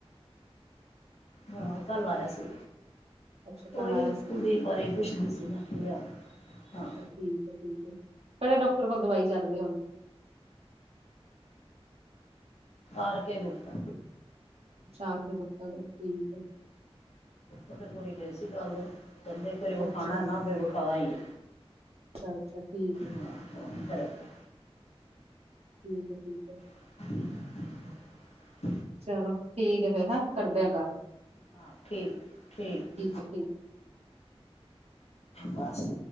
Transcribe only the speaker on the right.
ਅੱਛਾ
ਕੱਲ ਆਇਆ ਸੀ
ਠੀਕ ਐ-ਠੀਕ ਐ। ਕੇੜੇ ਡਾਕਟਰ ਕੋਲ ਦਵਾਈ ਚੱਲ ਰਹੀ ਹੁਨ
ਅਛਾ ਆਰ ਕੇ ਗੁਪਤਾ ਕੋਲ ਠੀਕ ਐ।
ਅੱਛਾ,
ਅੱਛਾ- ਅੱਛਾ ਠੀਕ ਏ।
ਠੀਕ ਏ-ਠੀਕ ਏ।
ਚਲੋ ਠੀਕ ਐ ਫੇਰ ਹੈ ਕਰਦੇ ਆਂ ਗੱਲ।
ਹੈ, ਠੀਕ